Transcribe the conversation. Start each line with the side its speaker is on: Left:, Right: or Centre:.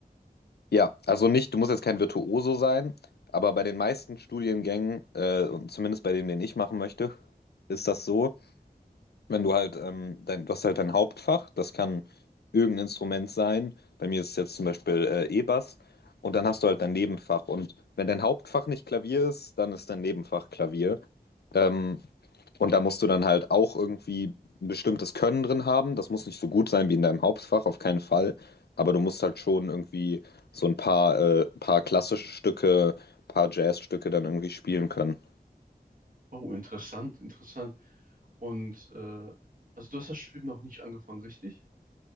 Left: Ja, also nicht, du musst jetzt kein Virtuoso sein, aber bei den meisten Studiengängen, äh, und zumindest bei dem, den ich machen möchte, ist das so, wenn du halt, ähm, dein, du hast halt dein Hauptfach, das kann irgendein Instrument sein. Bei mir ist es jetzt zum Beispiel äh, E-Bass. Und dann hast du halt dein Nebenfach. Und wenn dein Hauptfach nicht Klavier ist, dann ist dein Nebenfach Klavier. Ähm, Und da musst du dann halt auch irgendwie ein bestimmtes Können drin haben. Das muss nicht so gut sein wie in deinem Hauptfach, auf keinen Fall. Aber du musst halt schon irgendwie so ein paar, äh, paar klassische Stücke, paar Jazzstücke dann irgendwie spielen können.
Right: Oh, interessant, interessant. Und äh, also du hast das Studium noch nicht angefangen, richtig?